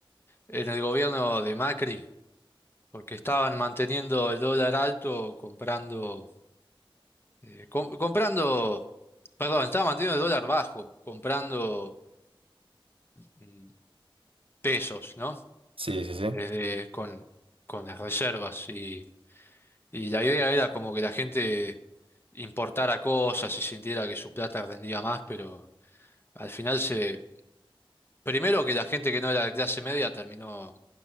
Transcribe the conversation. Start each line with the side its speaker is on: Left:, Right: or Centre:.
Left: en el gobierno de Macri porque estaban manteniendo el dólar alto comprando, eh, com- comprando, perdón, estaban manteniendo el dólar bajo, comprando mm, pesos, ¿no?
Right: Sí, sí, sí.
Left: Desde con, con las reservas y, y la idea era como que la gente importara cosas y sintiera que su plata rendía más, pero al final se, primero que la gente que no era de clase media terminó